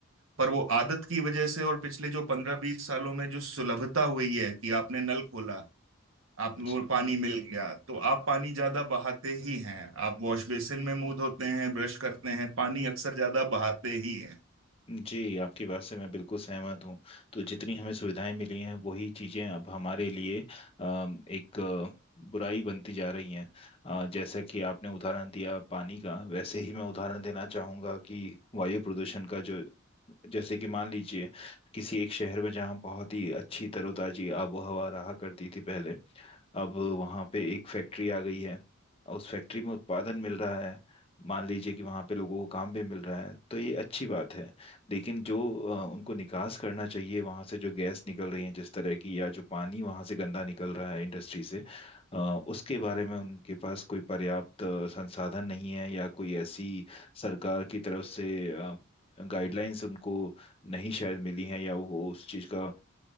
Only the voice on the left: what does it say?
जी
जी आपकी बात से मैं बिल्कुल सहमत हूँ तो जितनी हमें सुविधाएं मिली हैं वही चीज़ें अब हमारे लिए अम, एक अ, बुराई बनती जा रही हैं अ, जैसा कि आपने उदाहरण दिया पानी का वैसे ही मैं उदाहरण देना चाहूँगा कि वायु प्रदूषण का जो जैसे कि मान लीजिए किसी एक शहर में जहाँ बहुत ही अच्छी तरोताजी आबो हवा रहा करती थी पहले अब वहाँ पे एक फैक्ट्री आ गई है और उस फैक्ट्री में उत्पादन मिल रहा है मान लीजिए कि वहाँ पे लोगों को काम भी मिल रहा है तो ये अच्छी बात है लेकिन जो अ, उनको निकास करना चाहिए वहाँ से जो गैस निकल रही है जिस तरह की या जो पानी वहाँ से गंदा निकल रहा है इंडस्ट्री से अ, उसके बारे में उनके पास कोई पर्याप्त अ, संसाधन नहीं है या कोई ऐसी सरकार की तरफ से गाइडलाइंस उनको नहीं शायद मिली हैं या वो उस चीज़ का